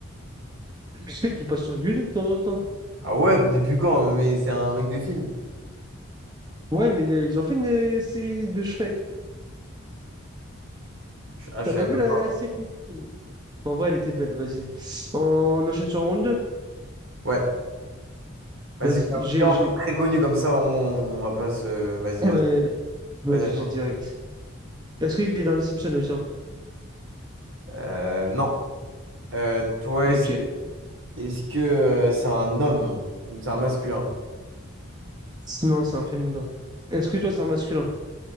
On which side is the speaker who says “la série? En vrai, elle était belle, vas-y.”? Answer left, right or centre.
Right